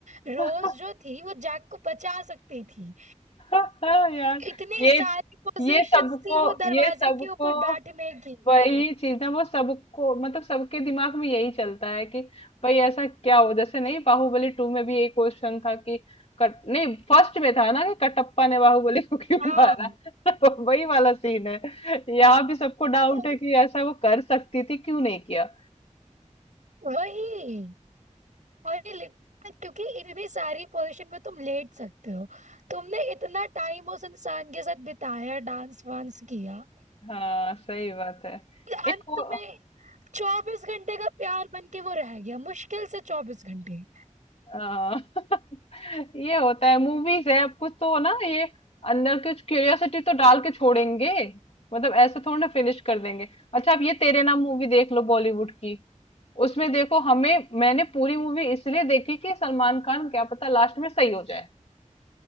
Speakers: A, on the right (about 70°); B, on the left (about 50°).
A: रोज
B: <laughs>
A: जो थी वो जैक को बचा सकती थी
B: <laughs> यार
A: इतनी
B: ये
A: सारी पोजीशंस
B: ये सबको
A: थी वो दरवाजे
B: ये सबको
A: के ऊपर बैठने की
B: वही चीज ना वो सबको मतलब सबके दिमाग में यही चलता है कि भाई ऐसा क्या हो जैसे नहीं बाहुबली टू में भी एक क्वेश्चन था कि कट नहीं फर्स्ट में था ना कि कटप्पा ने बाहुबली को क्यों
A: हाँ
B: मारा <laughs> तो वही वाला सीन है यहाँ भी सबको डाउट
A: तो
B: है कि ऐसा वो कर सकती थी क्यों नहीं किया
A: वही वही लि- क्योंकि इतनी सारी पोजीशन में तुम लेट सकते हो तुमने इतना टाइम उस इंसान के साथ बिताया डांस वांस किया
B: हाँ सही बात है
A: कि
B: एक
A: अंत
B: वो
A: में चौबीस घंटे का प्यार बन के वो रह गया मुश्किल से चौबीस घंटे
B: आ, <laughs> ये होता है मूवीज है अब कुछ तो ना ये अंदर कुछ क्यूरियोसिटी तो डाल के छोड़ेंगे मतलब ऐसे थोड़ा ना फिनिश कर देंगे अच्छा अब ये तेरे नाम मूवी देख लो बॉलीवुड की उसमें देखो हमें मैंने पूरी मूवी इसलिए देखी कि सलमान खान क्या पता लास्ट में सही हो जाए